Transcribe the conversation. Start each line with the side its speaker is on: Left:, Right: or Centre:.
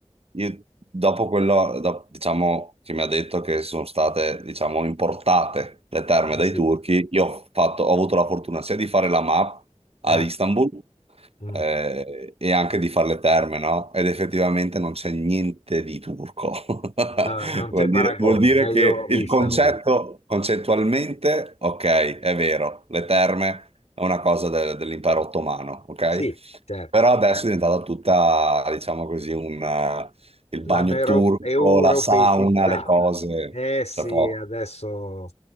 Right: io dopo quello, do- diciamo, che mi ha detto che sono state, diciamo, importate le terme
Left: Eh,
Right: dai
Left: Sì,
Right: turchi, io ho fatto, ho avuto la fortuna sia di fare la MAP ad
Left: eh,
Right: Istanbul,
Left: mm.
Right: eh, e anche di fare le terme, no? Ed effettivamente non c'è niente di turco. <laughs>
Left: No, non
Right: Vuol
Left: c'è paragone,
Right: dire, vuol dire
Left: meglio
Right: che il
Left: Istanbul.
Right: concetto, concettualmente, ok, è vero, le terme è una cosa del- dell'impero ottomano, ok?
Left: Sì, certo.
Right: Però adesso è diventata tutta, diciamo così, un, eh, il
Left: L'hanno
Right: bagno
Left: euro-
Right: turco,
Left: europeicizzata.
Right: la sauna, le cose.
Left: Eh sì,
Right: C'è poco.
Left: adesso